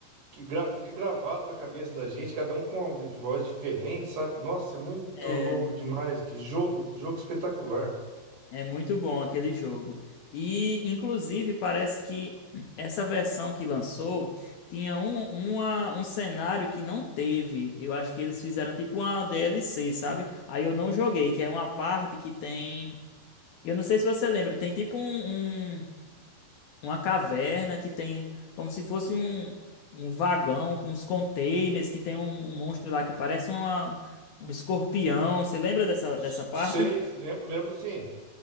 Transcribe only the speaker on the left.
é,
É muito bom aquele jogo. E, inclusive, parece que essa versão que lançou tinha um, uma- um cenário que não teve. Eu acho que eles fizeram tipo uma DLC, sabe? Aí eu não joguei, que é uma parte que tem. Eu não sei se você lembra, tem tipo um, um- uma caverna que tem como se fosse um, um vagão com os containers, que tem um, um monstro lá que parece uma, um escorpião. Você lembra dessa,
dessa parte?